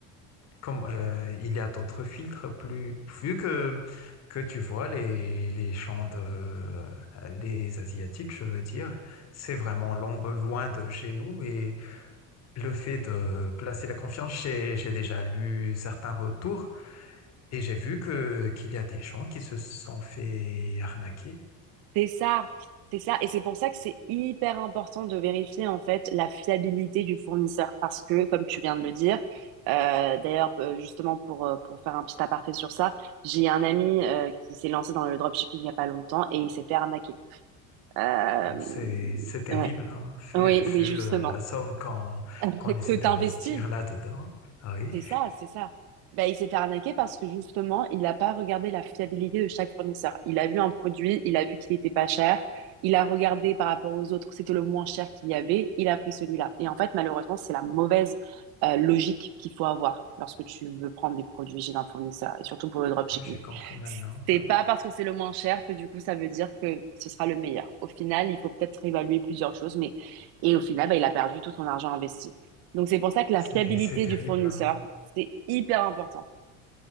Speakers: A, on the left (about 40°); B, on the right (about 65°).
A: comme, euh, il y a d'autres filtres plus, vu que, que tu vois les, les champs de, euh, les Asiatiques, je veux dire, c'est vraiment long- loin de chez nous et le fait de placer la confiance, j'ai, j'ai déjà lu certains retours et j'ai vu que, qu'il y a des gens qui se sont fait arnaquer.
B: C'est ça, c'est ça. Et c'est pour ça que c'est hyper important de vérifier en fait la fiabilité du fournisseur. Parce que, comme tu viens de le dire, euh, d'ailleurs, euh, justement pour, euh, pour faire un petit aparté sur ça, j'ai un ami euh, qui s'est lancé dans le dropshipping il n'y a pas longtemps et il s'est fait arnaquer. Euh,
A: Oh, c'est, c'est terrible,
B: ouais.
A: hein, vu,
B: Oui,
A: vu
B: oui, justement.
A: le- la somme qu'on
B: <laughs>
A: qu'on essaie
B: Que
A: d'investir
B: t'investis
A: là-dedans. Ah Oui,
B: c'est ça, c'est ça. Ben, il s'est fait arnaquer parce que justement, il n'a pas regardé la fiabilité de chaque fournisseur. Il a vu un produit, il a vu qu'il était pas cher, il a regardé par rapport aux autres, c'était le moins cher qu'il y avait, il a pris celui-là. Et en fait, malheureusement, c'est la mauvaise euh, logique qu'il faut avoir lorsque tu veux prendre des produits chez un fournisseur, et surtout pour le dropshipping.
A: Ouais, j'ai compris maintenant.
B: C'est
A: Ah
B: pas
A: oui.
B: parce que c'est le moins cher que du coup, ça veut dire que ce sera le meilleur. Au final, il faut peut-être évaluer plusieurs choses, mais et au final, ben, il a perdu tout son argent investi. Donc c'est pour ça que la
A: C'est,
B: fiabilité
A: c'est terrible,
B: du fournisseur,
A: hein.
B: c'est hyper important.